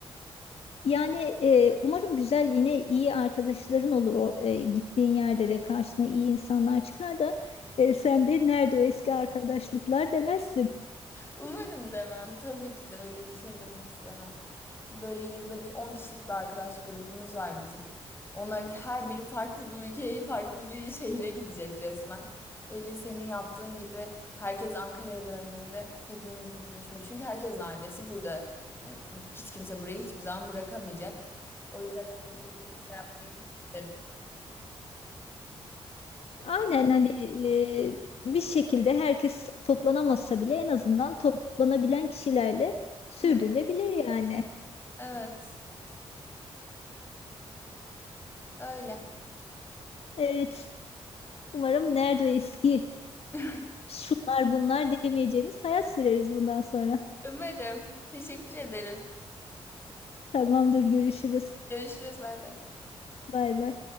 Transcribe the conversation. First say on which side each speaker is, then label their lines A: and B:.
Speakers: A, on the left; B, on the left.
A: Yani e, umarım güzel yine iyi arkadaşların olur. O, e, gittiğin yerde de karşına iyi insanlar çıkar da e, sen de nerede o eski arkadaşlıklar demezsin.
B: Umarım demem. Tabii ki de öyle bir şey demek istemem. Böyle yılda bir 10 kişilik bir arkadaş grubumuz var bizim. Onların her biri farklı bir ülkeye, farklı bir şehre gidecek resmen. Böyle senin yaptığın gibi herkes Ankara'ya döndüğünde hepimiz bir buluşma. Çünkü herkesin ailesi burada. Hiç kimse burayı hiçbir zaman bırakamayacak. O yüzden öyle bir şey yapmayı çok isterim.
A: Aynen hani e, bir şekilde herkes toplanamasa bile en azından toplanabilen kişilerle sürdürülebilir
B: <laughs>
A: yani.
B: Evet, öyle.
A: Evet umarım nerede o eski
B: <laughs>
A: şunlar bunlar demeyeceğimiz hayat süreriz bundan sonra.
B: Umarım. Teşekkür ederim.
A: Tamamdır görüşürüz.
B: Görüşürüz, bay bay.
A: Bay bay.